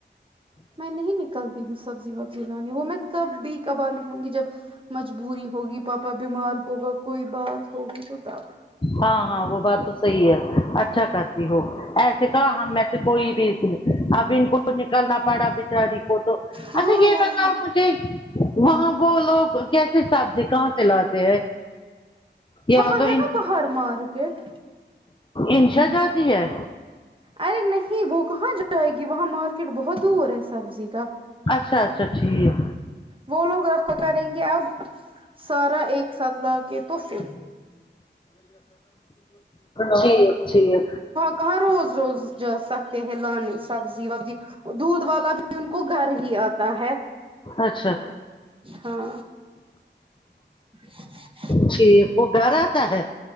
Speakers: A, on the right; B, on the left.
A: میں نہیں نکلتی ہوں سبزی وبزی لانے وہ میں کب بھی کبار نکلوں گی جب مجبوری ہوگی پاپا پا پا بیمار ہوگا کوئی بات ہوگی تو تب
B: ہاں ہاں وہ بات تو صحیح ہے اچھا کرتی ہو ایسے کہا ہم میں سے کوئی بھی اب ان کو نکلنا پڑا بچاری کو تو
A: ہاں
B: اچھا یے
A: ورنہ
B: پتاؤ مجھے وہاں وہ لوگ کیسے سبزی کہاں سے لاتے ہیں یہاں
A: وہاں
B: تو
A: ہے نا بہت پرمار کٹ
B: انشا جاتی ہے
A: ارے نہیں وہ کہاں جائے گی وہاں مارکیٹ بہت دور ہے سبزی کا
B: اچھا اچھا ٹھیک
A: وہ لوگ رکھا کریں گے اب سارا ایک ساتھ لا کے تو پھر
B: ٹھیک ٹھیک
A: کہا روز روز جا سکتے ہیں لانانی سبزی وبزی دودھ والا بھی ان کو گھر ہی آتا ہے
B: اچھا
A: ہاں ج <inaudible>
B: ٹھیک وہ گھر آتا ہے